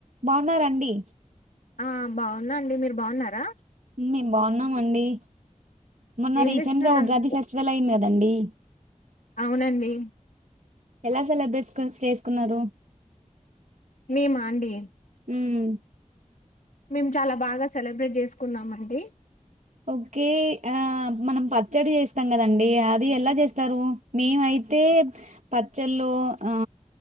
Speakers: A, on the right; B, on the left.
A: బాగున్నారండి
B: ఆ బాగున్నాండి మీరు బాగున్నారా
A: మేము బాగున్నాం అండి మొన్న
B: ఏం
A: రీసెంట్
B: చేస్తున్నారు
A: గా ఉగాది ఫెస్టివల్ అయింది కదా అండి అ <inaudible>
B: అవునండి
A: ఎలా సెలబ్రేషన్స్ చేసుకున్నారు
B: మే మా అండి
A: మ్మ్
B: మేము చాలా బాగా సెలబ్రేట్ చేసు కున్నామండి.
A: ఓకే ఆ మనం పచ్చడి చేస్తాం కదండి అది ఎలా చేస్తారు మేమయితే పచ్చళ్ళు ఆ